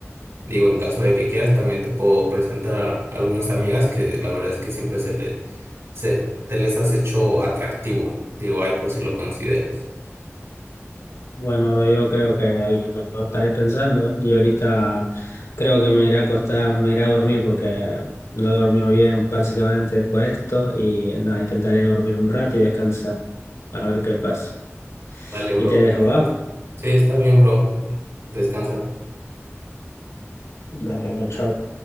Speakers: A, on the right; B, on the left.
A: Digo, en caso de que quieras, también te puedo presentar a algunas amigas que la verdad es que siempre se le, se, te les has hecho atractivo. Digo, ahí por si lo consideras.
B: Bueno, bro, yo creo que lo estaré pensando. Yo ahorita creo que me iré a acostar, me iré a dormir porque no he dormido bien básicamente por esto y nada, intentaré dormir un rato y descansar, a ver qué pasa.
A: Dale, bro,
B: Y te dejo,
A: que descanses.
B: ¿va?
A: Sí, está bien, bro. Descansa.
B: Dale, bro, chao.